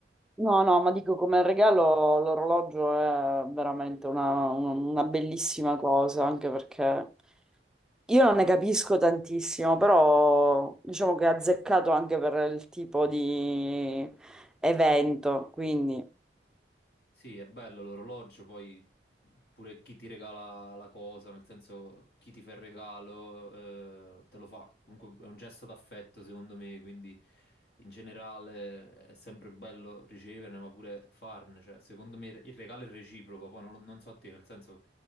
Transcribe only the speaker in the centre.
no, no, ma dico come regalo l'orologio è veramente una, una bellissima cosa, anche perché io non ne capisco tantissimo, però diciamo che è azzeccato anche per il tipo di evento, quindi...